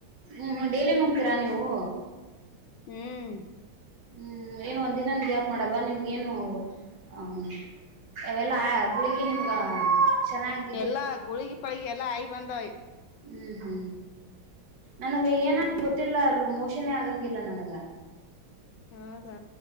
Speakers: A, on the right; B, on the left.
A: ಹ್ಮ್ ಹ್ಮ್ ಡೇಲಿ ನುಂಗ್ತೀರಾ ನೀವು.
B: ಹ್ಮ್
A: ಹ್ಮ್ ಏನು ಒಂದಿನನೂ ಗ್ಯಾಪ್ ಮಾಡಲ್ವಾ ನಿಮ್ಗ ಏನು ಹ ಅವೆಲ್ಲಾ ಗುಳ್ಗಿ ನಿಮ್ಗ ಚೆನ್ನಾಗ್
B: ಎಲ್ಲಾ ಗುಳಗಿ ಪಳಿಗೆ ಎಲ್ಲಾ ಐ ಬಂದವೆ.
A: ಹ್ಮ್ ಹ್ಮ್ ನನಗ ಏನ <unintelligible> ಗೊತ್ತಿಲ್ಲ ಅಲ್ಲಿ ಮೋಷನೆೇ ಆಗಂಗಿಲ್ಲ ನನಗ.
B: ಹೌದಾ